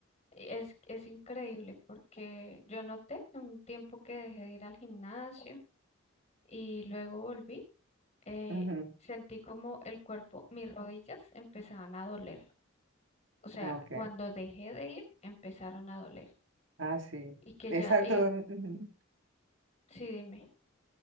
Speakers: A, on the left; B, on the right.
A: Es, es increíble porque yo noté un tiempo que dejé de ir al gimnasio y luego volví, eh,
B: ujú,
A: sentí como el cuerpo, mis rodillas empezaban a doler. O sea,
B: ah, ok,
A: cuando dejé de ir, empezaron a doler.
B: ah, sí,
A: Y que
B: exacto.
A: ya, y
B: ujú,
A: sí, dime,